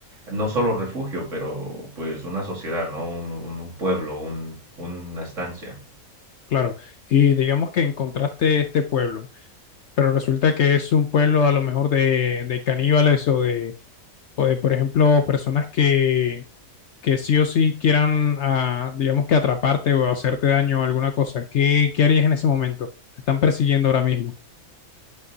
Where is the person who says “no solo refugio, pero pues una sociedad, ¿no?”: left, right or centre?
Right